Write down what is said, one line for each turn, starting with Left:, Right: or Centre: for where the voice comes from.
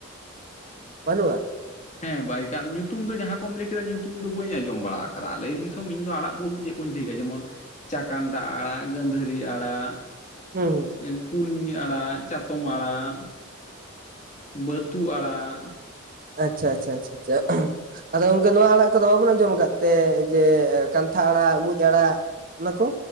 Right: ᱵᱟᱹᱱᱩᱜᱼᱟ
Left: ᱦᱮᱸ ᱵᱟᱭᱠᱟᱜ ᱧᱩᱛᱩᱢ ᱫᱚ ᱡᱟᱦᱟᱸ ᱠᱚᱢ ᱞᱟᱹᱭ ᱠᱮᱫᱟ ᱧᱩᱛᱩᱢ ᱫᱚ ᱵᱟᱹ ᱟᱸᱡᱚᱢ ᱵᱟᱲᱟ ᱟᱠᱟᱫᱟ ᱟᱞᱮ ᱫᱤᱥ ᱫᱤᱥᱚᱢ ᱤᱧ ᱫᱚ ᱟᱲᱟᱜ ᱵᱚᱞᱛᱮ ᱪᱮᱫ ᱠᱚᱧ ᱴᱷᱟᱹᱠᱟᱹ ᱡᱮᱢᱚᱱ ᱪᱟᱠᱟᱱᱴᱟᱜ ᱟᱲᱟᱜ ᱜᱺᱫᱷᱟᱹᱨᱤ ᱟᱲᱟᱜ
Right: ᱦᱩᱸ ᱦᱩᱸ
Left: ᱮᱱ ᱠᱩᱞᱢᱤ ᱟᱲᱟᱜ ᱪᱟᱛᱚᱢ ᱟᱲᱟᱜ ᱵᱟᱹᱛᱩ ᱟᱲᱟᱜ
Right: ᱟᱪᱪᱷᱟ ᱟᱪᱪᱷᱟ ᱟᱪᱪᱷᱟ ᱟᱪᱪᱷᱟ <unintelligible> ᱟᱫᱚ ᱚᱝᱠᱮ ᱱᱚᱣᱟ ᱟᱲᱟᱜ ᱠᱚᱫᱚ ᱵᱟᱵᱚᱱ ᱟᱸᱡᱚᱢ ᱟᱠᱟᱫ ᱛᱮ ᱡᱮ ᱠᱟᱱᱛᱷᱟ ᱟᱲᱟᱜ ᱢᱩᱸᱡ ᱟᱲᱟᱜ ᱚᱱᱟᱠᱚ